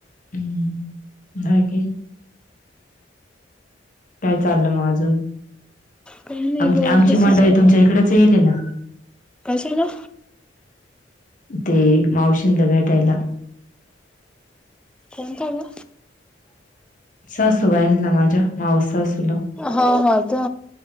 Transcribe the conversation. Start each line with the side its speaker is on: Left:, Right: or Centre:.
Left: हम्म जागे. काय चाललं मग अजून?
Centre: काही नाही
Left: आम
Centre: ग अभ्यासच
Left: आमची मंडळी तुमच्या इकडेच यायले ना.
Centre: कशे ला?
Left: ते मावशीनला भेटायला
Centre: कोणतं ओ?
Left: सासुबाईनला माझ्या मावस सासूला
Centre: हा हा त्या